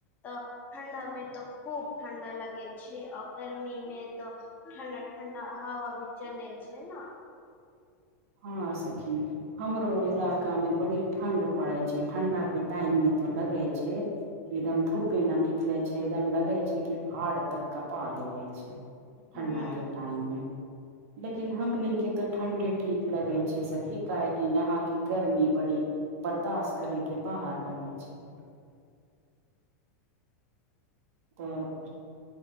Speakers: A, on the left; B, on the right.
A: तऽ ठंडा मे तऽ खूब ठंडा लगे छै आ गर्मी मे तऽ ठण्डा ठण्डा हवा भी चले छै न
B: हँ सखी हमरो इलाका मे बड़ी ठण्ड पड़े छै ठंडा के टाइम मे तो लगे छै कि एकदम धूपे न निकले छै एकदम लगे छै कि हार्ड तक कँपा देबे छै ठण्डा
A: हूं
B: के टाइम मे लेकिन हमनी के तो ठण्डे ठीक लगे अच्छेसँ सखी काहेकि यहाँके गर्मी बड़ी बर्दाश्त करैके बाहर रहै छै तऽ